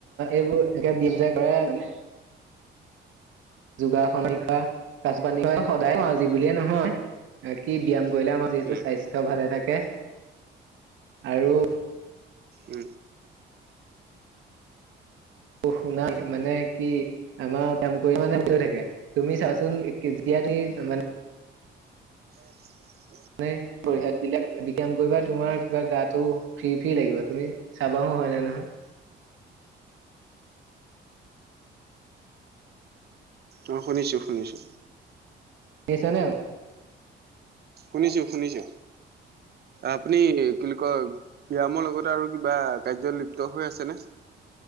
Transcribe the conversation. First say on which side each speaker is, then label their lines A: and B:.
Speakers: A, on the right (about 75°); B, on the right (about 55°).
A: এইবোৰ এতিয়া <unintelligible> যায় কৰে মানে যোগাসন <unintelligible> পানী সদায়ে কও আজি বুলিয়ে নহয় কি ব্যয়াম কৰিলে আমাৰ যিহেতু
B: উম
A: স্বাস্থ্য ভালে থাকে তাকে আৰু
B: উম।
A: অঁ শুনাই মানে কি আমাৰ ব্যায়াম কৰিলে মানে <unintelligible> থাকে তুমি চাবাচোন যিতিয়া তুমি মানে
B: <inaudible>
A: মানে <unintelligible> বিলাক দিকেলেম কৰিবা তোমাৰ কিবা গাটো ফ্ৰী ফ্ৰী লাগিব তুমি চাবাহো হয় নে নহয়।
B: অ', শুনিছো শুনিছো।
A: <unintelligible>
B: শুনিছো শুনিছো আপুনি কি বুলি কয় ব্যায়ামৰ লগতে আৰু কিবা কাৰ্য লিপ্ত হৈ আছেনে?